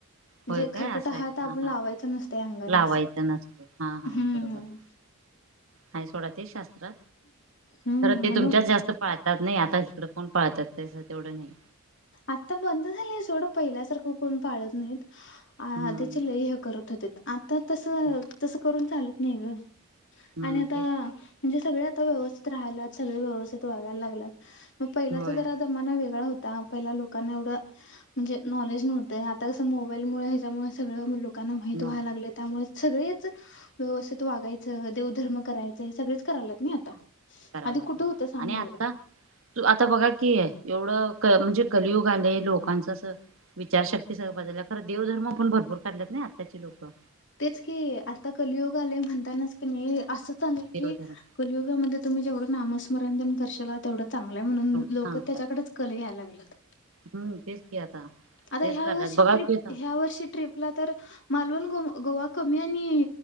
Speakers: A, on the left; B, on the right.
A: म्हणजे
B: होय
A: खरकटा
B: काय असं आहे
A: हात आपण
B: हा
A: लावायचा
B: हा
A: नसतं या अंगाला
B: लावायचं
A: असं
B: हा हा
A: हम्म
B: बरोबर आहे का सोडात शास्त्र
A: हम्म
B: तर ते
A: म्हणून
B: तुमच्याच जास्त पाळतात नाही आता तिकडं कोण पाळतात त्यास तेवढं नाही.
A: आत्ता बंद झालीय सोडं पहिल्यासारखं कोण पाळत नाहीत. आधिची
B: हम्म
A: लय हे करत होतीत आता तसं
B: हम्म
A: तसं करून चालत नाही ग.
B: हम्म,
A: आणि आता
B: तेच की.
A: म्हणजे सगळे आता व्यवस्थित राह्याल्यात सगळे व्यवस्थित वागयला लागल्यात. मग पहिलाच
B: होय
A: जरा जमना वेगळा होता. पहिला लोकांना एवढं म्हणजे नॉलेज नव्हतं आता कसं मोबाईलमुळे ह्याच्यामुळे सगळं लोकांना माहीत व्हायला
B: नॉलेज
A: लागलंय त्यामुळे सगळीच व्यवस्थित वागायचं देवधर्म करायचं हे सगळीच करायल्यात नाई आता.
B: करायला
A: आधी
B: तेवढं
A: कुठे होत सांग
B: आणि आता
A: एवढं
B: तू आता बघा क आहे एवढं म्हणजे कलियुग आलंय लोकांच असं विचारशक्ती सगळं बाजूला खरं देवधर्म पण भरपूर काढल्यात नाही आत्ताची लोकं
A: तेच की आता कलियुग आलय म्हणतानाच कनी असं चाललय
B: देवधर्म
A: की कलीयुगामध्ये तुम्ही जेवढं नामस्मरण येन करशिला तेवढं चांगलंय म्हणून
B: सांगतात
A: लोक त्याच्याकडेच कल घ्यायला लागल्यात
B: हम्म तेच की आता
A: आता
B: तेच
A: ह्या
B: करतात
A: वर्षी
B: बघा
A: ट्रिप
B: की आता
A: ह्या वर्षी ट्रिप आपला तर मालवण गोवा कमी आणि